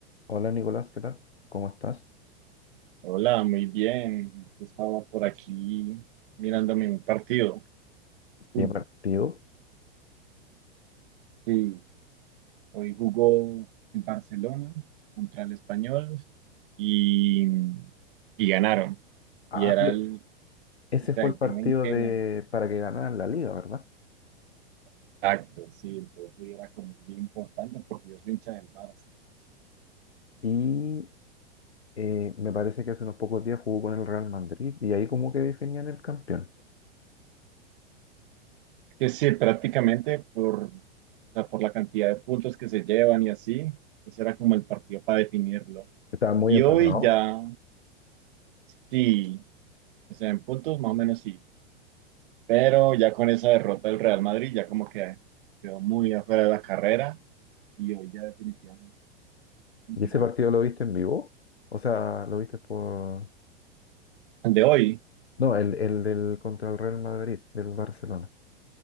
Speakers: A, on the left; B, on the right.
A: Hola Nicolás, ¿qué tal? ¿Cómo estás?
B: Hola, muy bien. Estaba por aquí mirándome un partido de fútbol.
A: ¿Qué partido?
B: Sí, hoy jugó en Barcelona contra el Español y, y ganaron.
A: Ah,
B: Y era
A: e-
B: el,
A: ese
B: o sea,
A: fue el
B: y
A: partido
B: tenían que
A: de
B: ganar.
A: para que ganaran la liga, ¿verdad?
B: Exacto, sí, entonces hoy era como bien importante porque yo soy hincha del Barça.
A: Y eh, me parece que hace unos pocos días jugó con el Real Madrid y ahí como que definían el campeón.
B: Que sí, prácticamente por, o sea, por la cantidad de puntos que se llevan y así, ese era como el partido para definirlo.
A: Estaba muy
B: Y
A: emparrado.
B: hoy ya, sí. O sea, en puntos más o menos sí. Pero ya con esa derrota del Real Madrid, ya como que quedó muy afuera de la carrera y hoy ya definitivamente ganado.
A: ¿Y ese partido lo viste en vivo? O sea, lo viste por...
B: El de hoy,
A: No, el, el del contra el Real Madrid, del Barcelona.